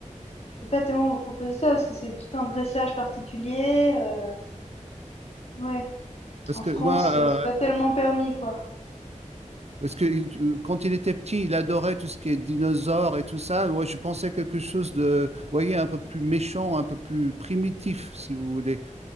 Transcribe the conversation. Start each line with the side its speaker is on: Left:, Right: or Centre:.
Left: Je peux pas tellement vous proposer ça parce que c'est tout un dressage particulier. euh, ouais,
Right: Parce
Left: en
Right: que
Left: France,
Right: moi, euh,
Left: euh, c'est pas tellement permis quoi.
Right: Parce que il- quand il était petit, il adorait tout ce qui est dinosaures et tout ça. Moi, je pensais quelque chose de, vous voyez, un peu plus méchant, un peu plus primitif, si vous voulez.